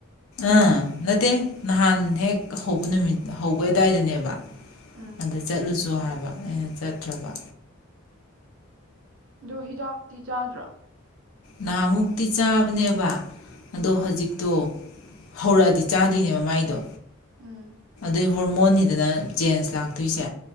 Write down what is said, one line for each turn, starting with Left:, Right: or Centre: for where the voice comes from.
Left: ꯑꯥ ꯅꯠꯇꯦ ꯅꯍꯥꯟ ꯍꯦꯛ ꯍꯧꯕ ꯅꯨꯃꯤꯠ ꯍꯧꯕ ꯑꯗꯨꯋꯥꯏꯗꯅꯦꯕ
Right: ꯎꯝ
Left: ꯑꯗ ꯆꯠꯂꯨꯁꯨ ꯁꯨ ꯍꯥꯏꯕ ꯑꯩꯅ ꯆꯠꯇ꯭ꯔꯕ
Right: ꯑꯗꯣ ꯍꯤꯗꯥꯛꯇꯤ ꯆꯥꯗ꯭ꯔꯥ
Left: ꯅꯍꯥꯃꯨꯛꯇꯤ ꯆꯥꯕꯅꯦꯕ ꯑꯗꯣ
Right: ꯎꯝ
Left: ꯍꯧꯖꯤꯛꯇꯣ ꯍꯧꯔꯛꯑꯗꯤ ꯆꯥꯗꯣꯏꯅꯦꯕ ꯃꯥꯏꯗꯣ
Right: ꯎꯝ
Left: ꯑꯗꯨꯗꯩ ꯍꯣꯔꯃꯣꯟꯅꯤꯗꯅ ꯆꯦꯟꯖ ꯂꯥꯛꯇꯣꯏꯁꯦ